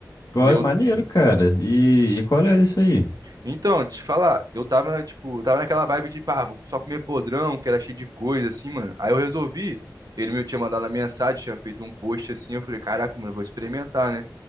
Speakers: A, on the left; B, on the right.
A: Qual
B: E
A: é
B: eu.
A: maneiro, cara. E, e qual é isso aí?
B: Então, te falar, eu tava, tipo, eu tava naquela vibe de, pá, vou só comer podrão, que era cheio de coisa, assim, mano. Aí eu resolvi. Ele me tinha mandado a mensagem, tinha feito um post assim. Eu falei, caraca, mano, eu vou experimentar, né?